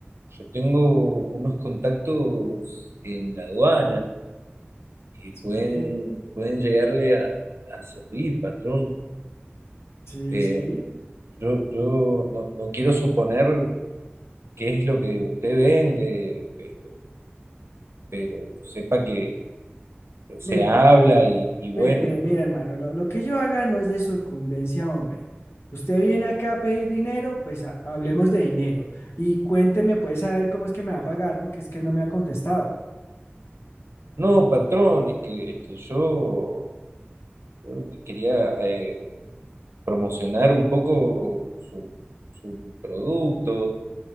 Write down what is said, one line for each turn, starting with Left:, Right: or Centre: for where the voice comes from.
Right: yo tengo unos contactos en la aduana que
Left: Sí,
Right: pueden, pueden llegarle a, a servir, patrón.
Left: sí,
Right: Eh,
Left: sí.
Right: yo yo no, no quiero suponer qué es lo que usted vende, pero, pero sepa que que se
Left: Mire,
Right: habla y y bueno.
Left: Mire, mire, mire, hermano, lo, lo que yo haga no es de sucumbencia, hombre. Usted viene acá a pedir dinero, pues ha- hablemos de dinero. Y cuénteme, pues, saber cómo es que me va a pagar, porque es que no me ha contestado.
Right: No, patrón, es que, es que yo yo quería eh, promocionar un poco su, su producto